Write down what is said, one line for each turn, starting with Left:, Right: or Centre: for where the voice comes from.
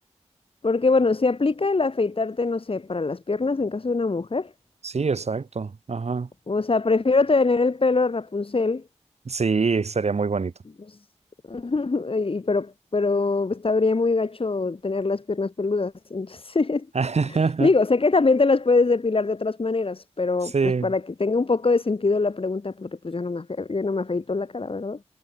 Left: porque bueno, si aplica el afeitarte, no sé, para las piernas en caso de una mujer.
Right: Sí, exacto. Ajá.
Left: O sea, prefiero tener el pelo de Rapunzel,
Right: Sí, sería muy bonito.
Left: pues, <laughs> y, pero, pero estaría muy gacho tener las piernas peludas. <laughs> Entonces,
Right: <laughs>
Left: Digo, sé que también te las puedes depilar de otras maneras, pero
Right: Sí,
Left: pues para que tenga un poco de sentido la pregunta, porque pues yo no me, afe- yo no me afeito la cara, ¿verdad?